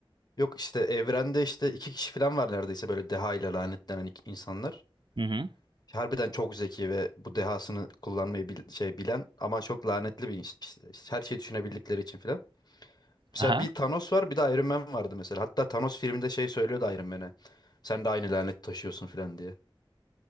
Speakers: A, on the left; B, on the right.
A: Yok işte evrende işte iki kişi falan var neredeyse böyle deha ile lanetlenen iki- insanlar.
B: Hı hı.
A: Harbiden çok zeki ve bu dehasını kullanmayı bil- şey bilen ama çok lanetli bir iş. işte işte, her şeyi düşünebildikleri için filan. Mesela
B: Aha.
A: bir Thanos var bir de Iron Man vardı mesela. Hatta Thanos filminde şey söylüyordu Iron Man'e. Sen de aynı lanet taşıyorsun filan diye.